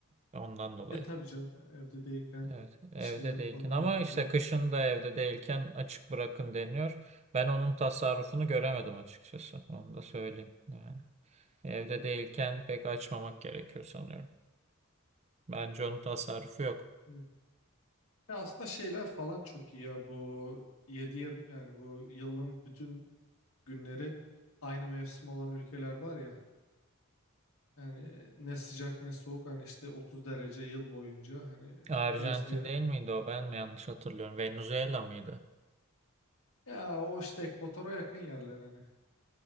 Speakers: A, on the right; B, on the left.
A: Ondan dolayı.
B: E tabii canım evde değilken
A: Evet, evde
B: şey yapmanın
A: değilken ama
B: anlamı
A: işte
B: yok.
A: kışın da evde değilken açık bırakın deniyor. Ben onun tasarrufunu göremedim açıkçası. Onu da söyleyeyim yani. Evde
B: Hmm,
A: değilken pek açmamak gerekiyor sanıyorum. Bence onun tasarrufu yok.
B: hmm. E aslında şeyler falan çok iyi ya bu yedi yirmi yani bu yılın bütün günleri aynı mevsim olan ülkeler var ya. Yani ne sıcak ne soğuk hani işte 30 derece yıl boyunca hani
A: Arjantin
B: o tarz bir yer.
A: değil miydi o? Ben mi yanlış hatırlıyorum? Venezuela mıydı?
B: Ya o işte ekvatora yakın yerler hani.